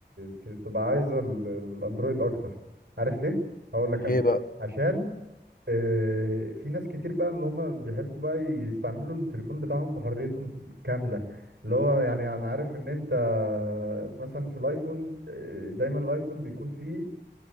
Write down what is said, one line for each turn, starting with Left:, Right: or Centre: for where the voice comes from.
Right: ت- تبقى عايزه
Left: عايز
Right: ال-
Left: أ-
Right: الاندرويد اكتر عارف ليه هقول لك
Left: ليه
Right: انا
Left: بقى
Right: عشان آه، في ناس كتير بقى اللي هم بيحبوا بقى يستعملوا التليفون بتاعهم بحريتهم كاملة اللي هو يعني انا عارف ان انت مثلا في الايفون آه، دايما الايفون بيكون فيه